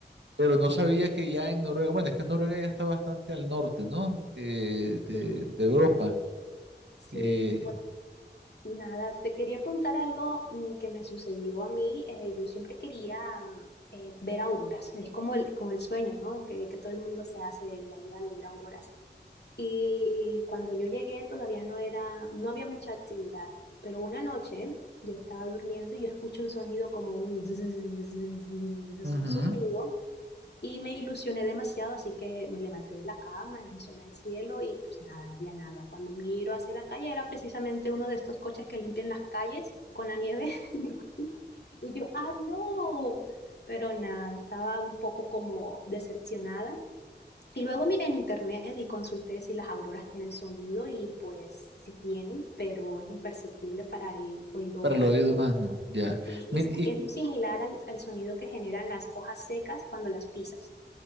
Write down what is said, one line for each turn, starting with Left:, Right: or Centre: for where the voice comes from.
Right: Pero no sabía que ya en Noruega, bueno, es que Noruega ya está bastante al norte, ¿no? Eh, de,
Left: Sí,
Right: de Europa.
Left: Sí,
Right: Eh,
Left: Nada, te quería contar algo mm, que me sucedió a mí. Eh, yo siempre quería mm, eh, ver auroras. Es como el, como el sueño, ¿no? Que, que todo el mundo se hace la idea de ver auroras. Y cuando yo llegué todavía no era, no había mucha actividad. Pero una noche yo estaba durmiendo y yo escucho un sonido como un zzzz, un
Right: ujú,
Left: zumbido y me ilusioné demasiado, así que me levanté de la cama, me asomé al cielo y pues nada, no había nada. Cuando miro hacia la calle era precisamente uno de estos coches que limpian las calles con la nieve. <laughs> Y yo, ¡ah, no! Pero nada, estaba un poco como decepcionada. Y luego miré en internet y consulté si las auroras tienen sonido y pues sí tienen, pero es imperceptible para el oído
Right: Para
Left: humano.
Right: el oído humano, ya.
Left: Sí,
Right: Mira,
Left: es,
Right: ¿y,
Left: es muy similar al, al sonido que generan las hojas secas cuando las pisas.